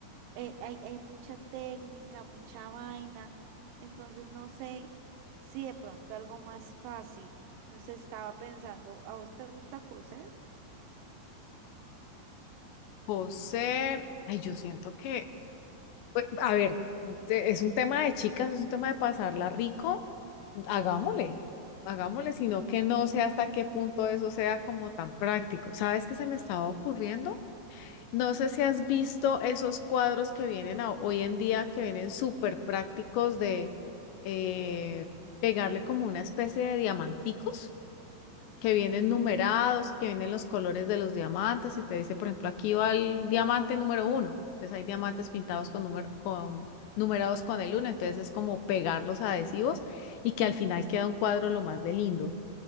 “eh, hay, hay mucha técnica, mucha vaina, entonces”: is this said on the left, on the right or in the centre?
Right